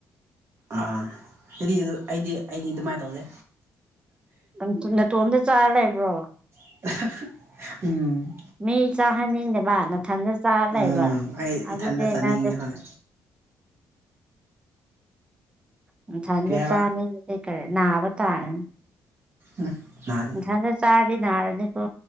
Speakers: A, on the right; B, on the right.
A: ꯑꯥ ꯑꯩꯗꯤ ꯑꯗꯨ ꯑꯩꯗꯤ ꯑꯩꯗꯤ ꯑꯗꯨꯃꯥꯏ ꯇꯧꯗꯦ꯫
B: ꯅ-ꯅꯇꯣꯝꯗ ꯆꯥꯔ ꯂꯩꯕ꯭ꯔꯣ꯫
A: <unintelligible> ꯎꯝ꯫
B: ꯃꯤ ꯆꯥꯍꯟꯅꯤꯡꯗꯕ ꯅꯊꯟꯗ ꯆꯥ ꯂꯩꯕ
A: ꯎꯝ ꯑꯩ
B: ꯑꯗꯨꯗꯤ
A: ꯏꯊꯟꯗ ꯆꯥꯅꯤꯡꯉꯤ
B: ꯅꯪꯗꯤ
A: ꯍꯣꯏ
B: ꯅꯊꯟꯗ
A: ꯀꯩ ꯍꯥꯏꯕ
B: ꯆꯥꯅꯤꯡ <unintelligible> ꯅꯥꯕ ꯇꯥꯔꯅꯤ꯫
A: ꯎ ꯅꯥꯗꯦ꯫
B: ꯅꯊꯟꯗ ꯆꯥꯔꯗꯤ ꯅꯥꯔꯅꯤꯀꯣ